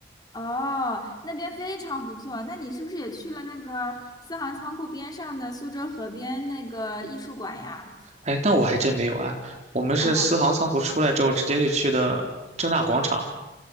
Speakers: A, on the left; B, on the right.
A: 哦，那边非常不错。那你是不是也去了那个四行仓库边上的苏州河边那个艺术馆呀？
B: 哎，那我还真没有哎，我们是四行仓库出来之后，
A: 哦
B: 直接就去的正大广场。